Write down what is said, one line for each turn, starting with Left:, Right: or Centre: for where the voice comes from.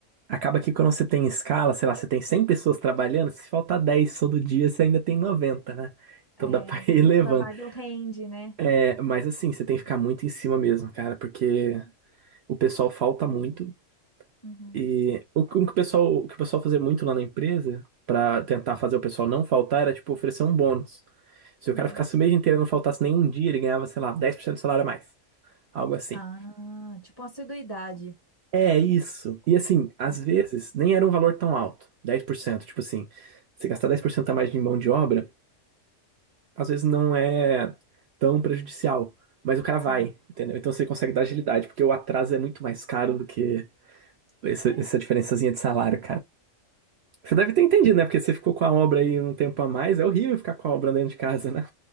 Right: acaba que quando você tem escala, sei lá, você tem 100 pessoas trabalhando, se faltar 10 todo dia, você ainda tem 90, né? Então
Left: É,
Right: dá pra <laughs> ir
Left: o
Right: levando.
Left: trabalho rende, né?
Right: É, mas assim, você tem que ficar muito em cima mesmo, cara, porque
Left: Uhum.
Right: o pessoal falta muito.
Left: Uhum.
Right: E o que o que o pessoal, o que o pessoal fazia muito lá na empresa, pra tentar fazer o pessoal não faltar, era tipo oferecer um bônus. Se
Left: Hum.
Right: o cara ficasse o mês inteiro e não faltasse nenhum dia, ele ganhava, sei lá, 10% do salário a mais. Algo assim.
Left: Ah, tipo uma assiduidade.
Right: É isso. E assim, às
Left: Sim.
Right: vezes nem era um valor tão alto, dez por cento Tipo assim, você gastar 10% a mais de mão de obra, às vezes não é tão prejudicial. Mas o cara vai,
Left: Sim.
Right: entendeu? Então você consegue dar agilidade, porque o atraso é muito mais caro do que essa,
Left: É,
Right: essa diferençazinha de salário, Você deve ter entendido, né? Porque você ficou com a obra aí um tempo a mais. É horrível ficar com a obra dentro de casa, né?